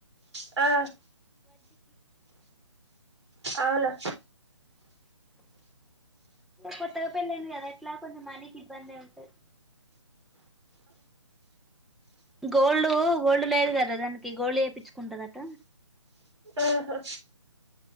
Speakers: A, on the right (about 60°); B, in the centre.
A: ఆ అవునా
B: కొత్తగా పెళ్లైంది కదా ఎట్లా కొంచెం మనీకి ఇబ్బందే ఉంటది గోల్డు గోల్డ్ లేదు కదా దానికి గోల్డ్ చేప్పిచ్చుకుంటదట
A: ఆహా